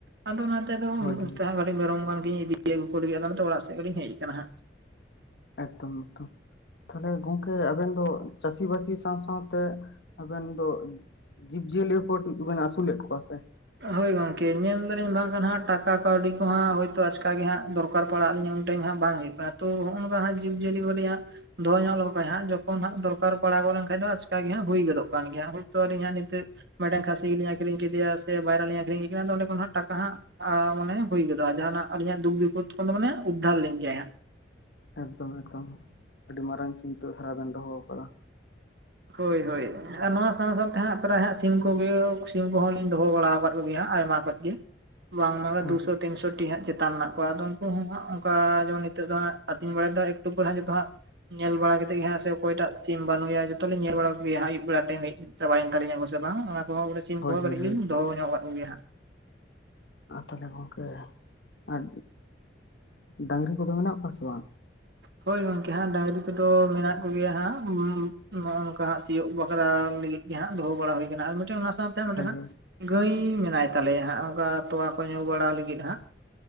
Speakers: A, on the right; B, on the left.
A: ᱟᱫᱚ ᱚᱱᱟᱛᱮ ᱫᱚ
B: ᱦᱳᱭ
A: ᱚᱱᱛᱮ
B: ᱦᱳᱭ
A: ᱠᱟᱹᱴᱤᱡ ᱢᱮᱨᱚᱢ ᱜᱟᱱ ᱜᱤᱧ ᱤᱫᱤ ᱟᱹᱜᱩ ᱠᱚ ᱞᱟᱹᱜᱤᱫ ᱟᱫᱚ ᱚᱱᱟᱛᱮ ᱚᱲᱟᱜ ᱥᱮᱫ ᱠᱟᱴᱤᱡᱤᱧ ᱦᱮᱡ ᱟᱠᱟᱱᱟ ᱦᱟᱸᱜ᱾
B: ᱮᱠᱫᱚᱢ ᱮᱠᱫᱚᱢ ᱛᱟᱦᱞᱮ ᱜᱚᱝᱠᱮ ᱟᱵᱮᱱ ᱫᱚ ᱪᱟᱹᱥᱤ ᱵᱟᱹᱥᱤ ᱥᱟᱶ ᱥᱟᱶᱛᱮ ᱟᱵᱮᱱ ᱫᱚ ᱡᱤᱵᱽᱼᱡᱤᱭᱟᱹᱞᱤ ᱠᱚ ᱵᱮᱱ ᱟᱹᱥᱩᱞᱮᱫ ᱠᱚᱣᱟ ᱥᱮ
A: ᱦᱳᱭ ᱜᱚᱝᱠᱮ ᱧᱮᱞ ᱫᱟᱞᱤᱧ ᱵᱟᱝ ᱠᱷᱟᱱ ᱦᱟᱜ ᱴᱟᱠᱟ ᱠᱟᱹᱣᱰᱤ ᱠᱚᱦᱟᱜ ᱦᱳᱭᱛᱳ ᱟᱪᱠᱟ ᱜᱮ ᱦᱟᱸᱜ ᱫᱚᱨᱠᱟᱨ ᱫᱚᱨᱠᱟᱨ ᱯᱟᱲᱟᱜ ᱞᱤᱧᱟ ᱩᱱ ᱴᱟᱤᱢ ᱦᱟᱜ ᱵᱟᱝ ᱦᱩᱭᱩᱜᱼᱟ <unintelligible> ᱡᱤᱵᱽᱡᱤᱭᱟᱹᱞᱤ ᱟᱸᱜ ᱫᱚᱦᱚ ᱧᱚᱜ ᱞᱮᱠᱚ ᱠᱷᱟᱡ ᱦᱟᱸᱜ ᱡᱚᱠᱷᱚᱱ ᱦᱟᱸᱜ ᱫᱚᱨᱠᱟᱨ ᱯᱟᱲᱟᱣ ᱜᱚᱫ ᱞᱮᱱᱠᱷᱟᱡ ᱫᱚ ᱟᱪᱠᱟᱜ ᱜᱮ ᱦᱟᱸᱜ ᱦᱩᱭ ᱜᱚᱫᱚᱜ ᱠᱟᱱ ᱜᱮᱭᱟ, ᱦᱳᱭᱛᱳ ᱟᱹᱞᱤᱧ ᱦᱟᱸᱜ ᱱᱤᱛᱚᱜ ᱢᱤᱫᱴᱟᱝ ᱠᱷᱟᱹᱥᱤ ᱞᱤᱧ ᱟᱠᱷᱨᱤᱧ ᱠᱮᱫᱮᱭᱟ ᱥᱮ ᱵᱟᱭᱨᱟ ᱞᱤᱧ ᱟᱠᱷᱨᱤᱧ ᱠᱮᱫᱠᱤᱱᱟ ᱟᱫᱚ ᱚᱸᱰᱮ ᱠᱷᱚᱱ ᱦᱚ ᱴᱟᱠᱟ ᱦᱟᱜ ᱟ ᱢᱟᱱᱮ ᱦᱩᱭ ᱜᱚᱫᱚᱜᱼᱟ ᱡᱟᱦᱟᱱᱟᱜ ᱟᱹᱞᱤᱧᱟᱜ ᱫᱩᱠ ᱵᱤᱯᱚᱫ ᱠᱷᱚᱱ ᱫᱚ ᱢᱟᱱᱮ ᱩᱫᱽᱫᱷᱟᱨ ᱞᱤᱧ ᱜᱮᱭᱟᱭ ᱦᱟᱸᱜ
B: ᱮᱠᱫᱚᱢ ᱮᱠᱫᱚᱢ ᱟᱹᱰᱤ ᱢᱟᱨᱟᱝ ᱪᱤᱱᱛᱟᱹ ᱫᱷᱟᱨᱟ ᱵᱮᱱ ᱫᱚᱦᱚ ᱟᱠᱟᱫᱟ
A: ᱦᱳᱭ ᱦᱳᱭ ᱟᱨ ᱱᱚᱣᱟ ᱥᱟᱶ ᱥᱟᱶᱛᱮ ᱦᱟᱸᱜ ᱯᱨᱟᱨᱟᱭ ᱦᱟᱸᱜ ᱥᱤᱢ ᱠᱚᱜᱮ ᱥᱤᱢ ᱠᱚᱦᱚᱸ ᱞᱤᱧ ᱫᱚᱦᱚ ᱵᱟᱲᱟ ᱠᱟᱫ ᱟᱹᱜ <unintelligible> ᱟᱭᱢᱟ ᱠᱷ ᱜᱮ ᱵᱟᱝᱢᱟ
B: ᱦᱳᱭ
A: ᱫᱩᱥᱚ ᱛᱤᱱᱥᱚ ᱴᱤ ᱦᱟᱸᱜ ᱪᱮᱛᱟᱱ ᱢᱮᱱᱟᱜ ᱠᱚᱣᱟ ᱟᱫᱚ ᱩᱱᱠᱩ ᱦᱚᱸ ᱦᱟᱸᱜ ᱚᱱᱠᱟ ᱡᱮᱢᱚᱱ ᱱᱤᱛᱚᱜ ᱫᱚ ᱦᱟᱸᱜ ᱟᱹᱛᱤᱧ ᱵᱟᱲᱟᱭᱮᱫ ᱮᱠᱴᱩ ᱯᱚᱨᱮ ᱦᱟᱸᱜ ᱡᱚᱛᱚ ᱦᱟᱜ ᱧᱮᱞ ᱵᱟᱲᱟ ᱠᱟᱛᱮᱫ ᱜᱮ ᱦᱟᱜ ᱥᱮ ᱚᱠᱚᱭᱴᱟᱜ ᱥᱤᱢ ᱵᱟᱹᱱᱩ ᱜᱮᱭᱟ ᱡᱚᱛᱚ ᱞᱤᱧ ᱧᱮᱞ ᱵᱟᱲᱟ ᱠᱚᱜᱮᱭᱟ ᱟᱭᱩᱵ ᱵᱮᱲᱟ ᱴᱟᱭᱤᱢ ᱦᱮᱡ ᱪᱟᱵᱟ ᱛᱟᱞᱤᱧᱟ ᱠᱚ ᱥᱮ ᱵᱟᱝ ᱚᱱᱟ ᱠᱚᱦᱚᱸ ᱥᱤᱢ
B: ᱦᱳᱭ
A: ᱠᱚᱦᱚᱸ ᱠᱟᱹᱴᱤᱡ
B: ᱦᱳᱭ ᱦᱳᱭ
A: ᱞᱤᱧ ᱫᱚᱦᱚ ᱧᱚᱜ ᱟᱠᱟᱫ ᱜᱮᱭᱟ ᱦᱟᱜ
B: ᱟᱨ ᱛᱟᱦᱞᱮ ᱜᱚᱢᱠᱮ ᱟᱨ ᱰᱟᱝᱨᱤ ᱠᱚᱫᱚ ᱢᱮᱱᱟᱜ ᱠᱚᱣᱟ ᱥᱮ ᱵᱟᱝ?
A: ᱦᱳᱭ ᱜᱚᱝᱠᱮ ᱦᱟᱸᱜ ᱰᱟᱝᱨᱤ ᱠᱚᱫᱚ ᱢᱮᱱᱟᱜ ᱠᱚᱜᱮᱭᱟ ᱦᱟᱸᱜ ᱱᱚᱜᱼ ᱱᱚᱝᱠᱟ ᱦᱟᱸᱜ ᱥᱤᱭᱳᱜ ᱵᱟᱠᱷᱨᱟ ᱞᱟᱜᱤᱫ ᱜᱮ ᱦᱟᱸᱜ ᱫᱚᱦᱚ ᱵᱟᱲᱟ ᱦᱩᱭ ᱟᱠᱟᱱᱟ ᱟᱨ ᱢᱤᱫᱴᱟᱝ ᱚᱱᱟ ᱥᱟᱶ ᱢᱤᱫᱴᱟᱝ ᱱᱚᱰᱮ
B: ᱦᱳᱭ
A: ᱦᱟᱸᱜ
B: ᱦᱳᱭ
A: ᱜᱟᱹᱭ ᱢᱮᱱᱟᱭ ᱛᱟᱞᱮᱭᱟ ᱦᱟᱸᱜ ᱚᱱᱠᱟ ᱛᱚᱣᱟ ᱠᱚ ᱧᱩ ᱵᱟᱲᱟ ᱞᱟᱹᱜᱤᱫ ᱦᱟᱸᱜ